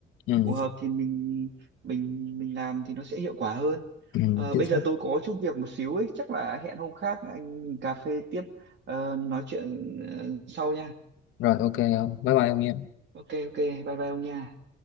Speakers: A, on the left (about 80°); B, on the right (about 60°).
A: Ừ.
B: phù hợp thì mình mình mình làm thì nó sẽ hiệu quả hơn
A: Ừ.
B: Ờ,
A: Chính
B: bây
A: xác
B: giờ tôi có chút việc một xíu ấy chắc là hẹn hôm khác anh mình cà phê tiếp ờ, nói chuyện ờ, sau nha
A: rồi ok không, bye bye ông nha
B: ok ok bye bye ông nha